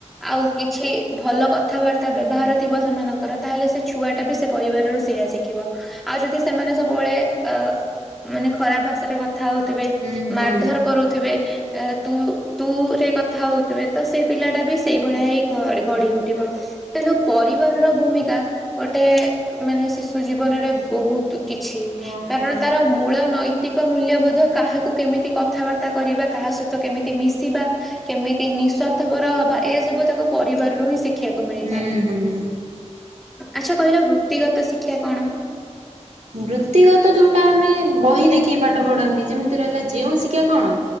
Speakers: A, in the centre; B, on the right (about 75°).
A: ଆଉ କିଛି ଭଲ କଥାବାର୍ତ୍ତା ବ୍ୟବହାର ଥିବ ସେମାନଙ୍କର ତାହେଲେ ସେ ଛୁଆ ଟା ବି ସେ ପରିବାରରୁ ସେଇୟା ଶିଖିବ ଆଉ ଯଦି ସେମାନେ ସବୁବେଳେ ଅ ମାନେ ଖରାପ ଭାଷାରେ କ ଥା ହଉଥିବେ
B: ହୁଁ ହୁଁ।
A: ମାରଧର କରୁଥିବେ ଏ ତୁ ତୁରେ କଥା ହଉଥିବେ ତ ସେ ପିଲା ଟା ବି ସେଇଭଳିଆ ହେ ଗଢି ଉଠିବ। ତେଣୁ ପରିବାର ର ଭୂମିକା ଗୋଟେ ମାନେ ଶିଶୁ ଜୀବନରେ ବହୁତ କିଛି
B: ହଁ
A: କାରଣ
B: ହଁ
A: ତାର ମୂଳ ନୈ ତିକ ମୂଲ୍ୟବୋଧ କାହାକୁ କେମିତି କଥାବାର୍ତ୍ତା କରିବା କାହା ସହିତ କେମିତି ମିଶିବା କେମିତି ନିଃସ୍ଵାର୍ଥପର ହବା ଏ ସବୁ ତାକୁ କରିବାରାରୁ ହିଁ ଶିଖ ଖୀବାକୁ ମିଳିଥାଏ
B: ହୁଁ ହୁଁ।
A: ଆଚ୍ଛା କହିଲ ବୃତ୍ତିଗତ ଶିକ୍ଷା କଣ।
B: ବୃତ୍ତିଗତ ଯୋଉଟା ଆମେ ବହି ଦେଖିକି ପାଠ ପଢନ୍ତି ଯେମିତି ରହିଲା ଯେଉଁ ଶିକ୍ଷା କଣ